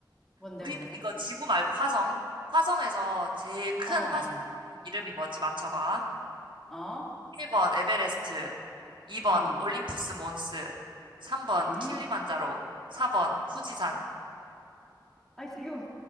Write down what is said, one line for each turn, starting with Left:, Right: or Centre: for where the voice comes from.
Centre: 뭔데,
Right: 우리,
Centre: 뭔데?
Right: 이거 지구 말고 화성. 화성에서 제일 큰
Centre: 어, 어,
Right: 화성 이름이 뭔지 맞춰봐.
Centre: 어?
Right: 1번 에베레스트, 2번
Centre: 음,
Right: 올림푸스 몬스, 3번
Centre: 음?
Right: 킬리만자로, 4번 후지산.
Centre: 아니, 지금,